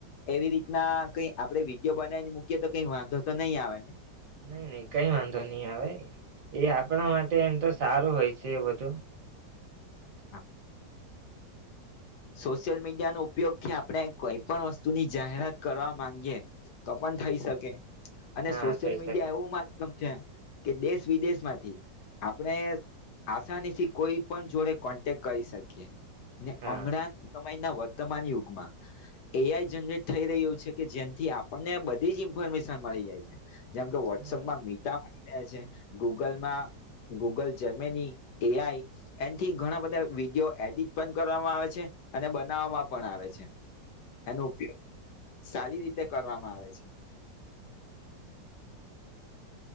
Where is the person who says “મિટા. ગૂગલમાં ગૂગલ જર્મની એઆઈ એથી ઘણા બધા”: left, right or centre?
Left